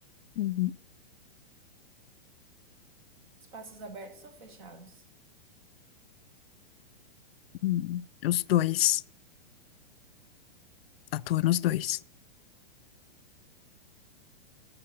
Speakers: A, on the left (about 80°); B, on the right (about 55°).
A: Uhum.
B: Espaços abertos ou fechados?
A: Hum, Os dois. Atua nos dois.